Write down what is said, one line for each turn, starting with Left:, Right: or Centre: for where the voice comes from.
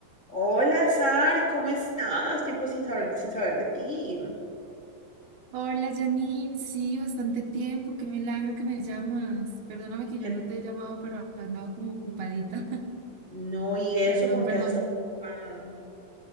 Left: Hola, Sar, ¿cómo estás? Tiempo sin saber, sin saber de ti.
Right: Hola Janine, sí, bastante tiempo, qué milagro que me llamas. Perdóname que yo
Left: Que
Right: no te he llamado, pero he andado como ocupadita.
Left: no, y eso
Right: <laughs> Perdón,
Left: con
Right: perdón.
Left: qué has estado. ocupada?